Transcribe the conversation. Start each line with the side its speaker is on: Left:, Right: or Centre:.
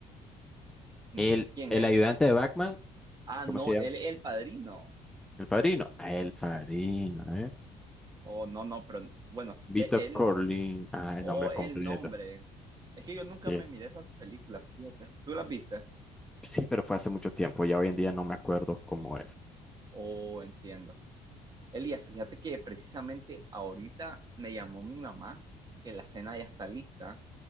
Right: no
Centre: El,
Right: sé quién
Centre: el
Right: es.
Centre: ayudante de Batman,
Right: Ah, no,
Centre: ¿cómo se llama?
Right: él es el padrino.
Centre: El padrino. Ah, El padrino, ¿eh?
Right: Oh, no, no, pero bueno, s-
Centre: Vito
Right: e- él,
Centre: Corleone, ah,
Right: o
Centre: el nombre completo.
Right: el nombre. Es que yo nunca
Centre: Sí.
Right: me miré esas películas, fíjate. ¿Tú las viste?
Centre: Sí, pero fue hace mucho tiempo, ya hoy en día no me acuerdo cómo es.
Right: Oh, entiendo. Elías, fíjate que precisamente ahorita me llamó mi mamá que la cena ya está lista,